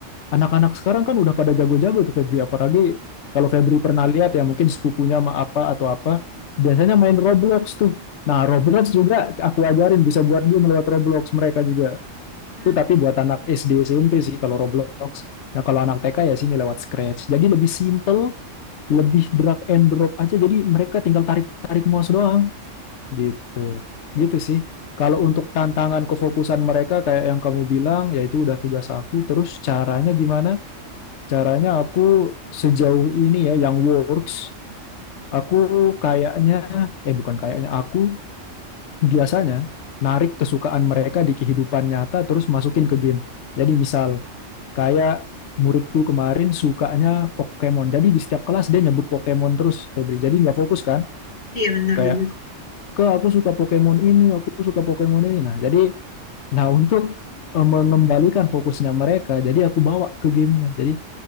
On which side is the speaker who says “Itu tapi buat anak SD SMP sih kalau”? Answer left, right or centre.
Left